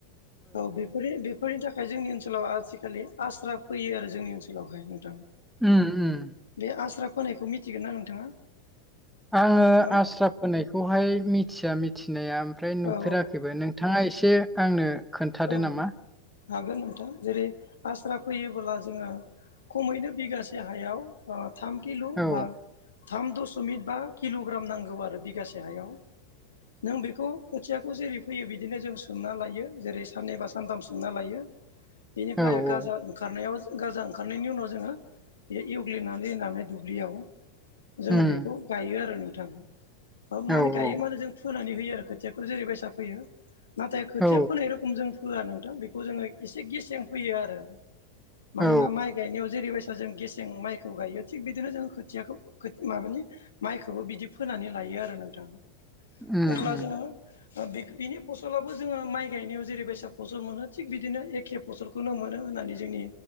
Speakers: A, on the left; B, in the centre.
A: औ बेफोरनि फोरनि थाखाय जोंनि ओनसोलाव आथिखालि आस्रा फैयो आरो जोंनि ओनसोलावहाय नोंथां
B: उम उम
A: बे आस्रा फोनायखौ मिथिगोन ना नोंथाङा
B: आङो
A: ओ मा
B: आस्रा फोनायखौहाय मिथिया मिथिनाया ओमफ्राय नुफेराखैबो
A: औ
B: नों थाङा एसे आंनो खोन्थादो
A: औ
B: नामा
A: हागोन नोंथां जेरै आस्रा फैयोबोब्ला जोङो खमैनो बिगासे हायाव ओ थाम किल'
B: ओ
A: बा थाम दसमिक बा किल'ग्राम नांगौ आरो बिगासे हायाव नों बेखौ खोथियाखौ जेरै फैयो बिदिनो जों सोमना लायो जेरै साननैबा सानथाम सोमना लायो बेनिफ्राय
B: औ
A: गाजा ओंखारनायाव गाजा ओंखारनायनि उनाव जोङो बे एवग्लिनानै होनानै दुब्लियाव जोङो
B: उम
A: बेखौ गायो आरो नोंथां ओ माने
B: औ
A: गायो
B: उम
A: माने जों फोनानै होयो आरो खोथियाखौ जेरैबायसा फैयो नाथाय खोथिया
B: औ
A: फोनाय खमजों फोआ नोंथां बेखौ जोङो एसे गेसें फोयो आरो मानोना
B: औ
A: माइ गायनायाव जेरै बायसा जों गेसें माइखौ गायो थिग बिदिनो जों खोथियाखौ माबानि माइखौबो बिदि फोनानै लायो आरो नोंथां
B: उम
A: अब्ला
B: उम
A: जोङो ओ बिनि फसलाबो जोङो माइ गायनायाव जेरै बासा फसल मोनो थिग बिदिनो एखे फसलखौनो मोनो होननानै जोंनि